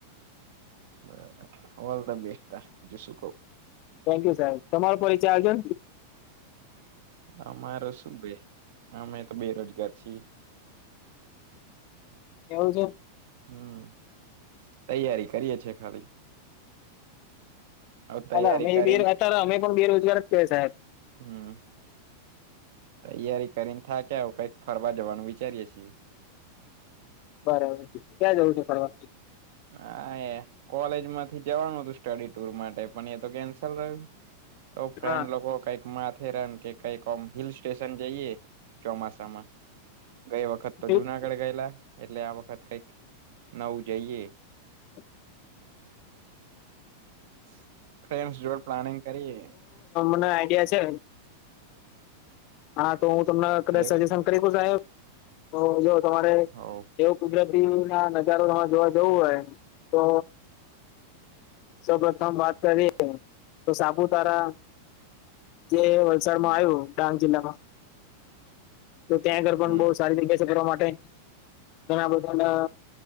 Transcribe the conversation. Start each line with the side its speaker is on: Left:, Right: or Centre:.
Right: બરાબર ઓલ થ બેસ્ટ બીજું શું કહુ
Left: થેન્ક યુ સાહેબ તમારો પરિચય આલજો ને
Right: હ મારો શું ભાઈ અમે તો બેરોજગાર છીએ
Left: એવું છે
Right: હમ્મ તૈયારી છે કરીએ છીએ ખાલી હવે તૈયારી
Left: અમે
Right: કરીને
Left: બે અત્યારે અમે પણ બેરોજગાર જ છે સાહેબ
Right: હમ તૈયારી કરીને થયકા હવે કંઈક વા જવાનું વિચારીએ છીએ
Left: બરાબર ક્યાં જવું છે પ્રવાશે
Right: હા એ કોલેજ માંથી જવાનું હતું સ્ટડી ટુર માટે પણ એ તો કેન્સલ રહ્યું તો ફ્રેન
Left: હા
Right: લોકો કઈક માથેરાન કે કઈક હિલ સ્ટેશન જઈએ ચોમાસામાં ગઈ વખત તો
Left: એવું
Right: જુનાગઢ ગયેલા એટલે આ વખત કઈક નવું જઈએ
Left: <inaudible>
Right: <inaudible> ફ્રેન્ડ્સ જોડે પ્લાનિંગ કરીએ
Left: મા આઈડિયા છે. હા તો હું તમને કદાચ
Right: એવું
Left: સજેશન કરી શકુ સાહેબ હ જો તમારે
Right: હોવ
Left: જેવુ કુદરત ગુડ ઇવનિંગના નજારો જોવા જોવા જવું હોય તો સૌપથમ વાત કરીએ તો સાપુતારા જે વલસાડમાં
Right: હમ
Left: આવ્યું ડાંગ જીલ્લામાં તો ત્યાં ઘર પણ
Right: હમ
Left: બહુ સારી રીતે ચગડવા માટે ઘણા બધાના